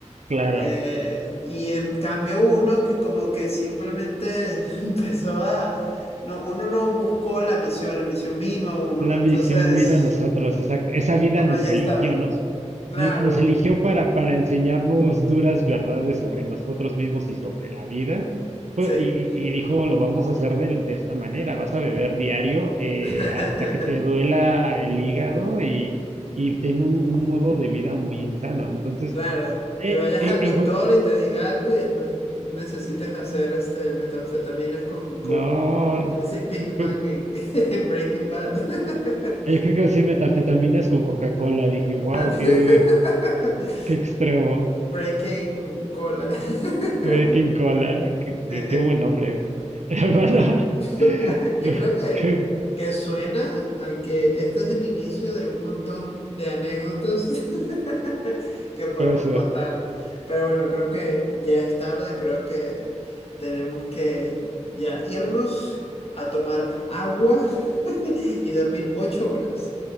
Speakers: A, on the right; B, on the left.
A: Claro.
B: Eh, y en cambio uno que como que simplemente <laughs> empezó a... No, uno no buscó la misión, la misión vino a uno,
A: La
B: entonces
A: misión vino a nosotros, exacto. Esa vida
B: uno
A: nos
B: ya
A: eligió,
B: estaba.
A: nos,
B: Claro,
A: nos, nos eligió para, para enseñarnos duras verdades sobre nosotros mismos y sobre la vida. Fue-
B: sí.
A: Y, y- y dijo, lo vamos a hacer de, de esta manera, vas a beber diario eh,
B: <laughs>
A: hasta que te duela el hígado y, y ten un, un modo de vida muy insano. Entonces,
B: Claro,
A: eh,
B: y vayas
A: en-
B: al doctor
A: en co-
B: y te diga algo y después necesites hacer este metanfetaminas con, con
A: no,
B: Jesse Pinkman
A: co-
B: en, <laughs> en Breaking Bad. <laughs>
A: yo creo que decir metanfetaminas con Coca-Cola, dije, wow,
B: Ah, <laughs>
A: qué, qué extremo.
B: Breaking cola. <laughs>
A: Güey, King Cola, qué, qué-
B: <laughs>
A: qué buen nombre, güey. <laughs> Hermano,
B: Bueno, <laughs>
A: <laughs>
B: yo creo que,
A: ¿qué
B: que suena a que este es el inicio de un montón de anécdotas <laughs> que podemos
A: puede ser?
B: contar. Pero bueno, creo que ya es tarde, creo que tenemos que ya irnos a tomar agua <laughs> y dormir ocho horas.